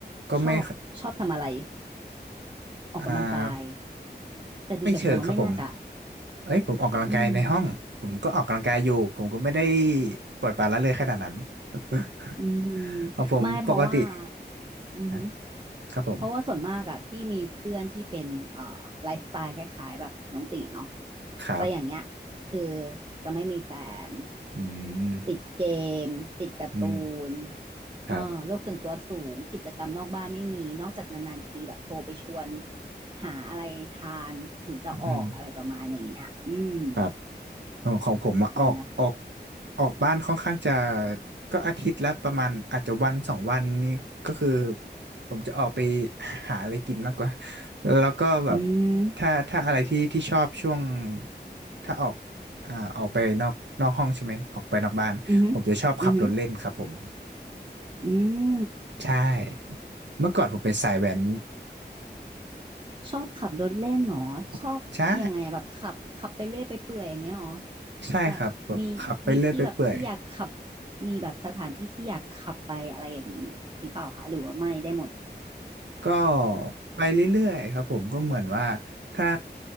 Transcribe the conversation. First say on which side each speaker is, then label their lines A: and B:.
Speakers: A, on the right; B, on the right.
A: ก็ไม่
B: ชอบชอบทำอะไรออกกำลังกาย
A: อ่า
B: แต่ดูจากทรงแล้วไม่น่าจะ
A: ไม่เชิงครับผม เอ้ยผมออกกำลังกายในห้องผมก็ออกกำลังกายอยู่ผมก็ไม่ได้
B: อืม
A: ปล่อยปละละเลยขนาดนั้น <laughs>
B: อืมไม่เพราะว่า
A: เอาผมปกติ
B: อือหือ
A: อ่ะครับผม
B: เพราะว่าส่วนมากอะพี่มีเพื่อนที่เป็นเอ่อไลฟ์สไตล์คล้ายๆแบบน้องตีเนาะ
A: ครับ
B: จะอย่างเงี้ยคือจะไม่มีแฟน
A: อืม
B: ติดเกมติดการ์ตูน
A: อืมครับ
B: เออโลกส่วนตัวสูงกิจกรรมนอกบ้านไม่มีนอกจากนานๆทีแบบโทรไปชวนหาอะไรทานถึงจะออกอะไรประมาณอย่างเงี้ยอืม
A: อืมครับ เออของผมอะออกออก
B: นั่นแหละ
A: ออกบ้านค่อนข้างจะก็อาทิตย์ละประมาณอาจจะวันสองวันนี่ก็คือผมจะออกไปหาอะไรกินมากกว่าแล้วก็แบบ
B: อืม
A: ถ้าถ้าอะไรที่ที่ชอบช่วงถ้าออกอ่าออกไปนอกนอกห้องใช่ไหมออกไปนอกบ้านผมจะชอบขับรถเล่นครับผม
B: อือหืออือหืออืม
A: ใช่เมื่อก่อนผมเป็นสายแว้น
B: ชอบขับรถเล่นเหรอชอบยังไงแบบขับขับไปเรื่อยไปเปื่อยอย่างเงี้ยเหรอ
A: <laughs> ใช่ใช่ครับแบบขับไปเรื่อยไปเปื่อย
B: แบบมีมีที่แบบที่อยากขับมีแบบสถานที่ที่อยากขับไปอะไรอย่างนี้หรือเปล่าคะหรือว่าไม่ได้หมด
A: ก็ไปเรื่อยๆครับผมก็เหมือนว่าถ้า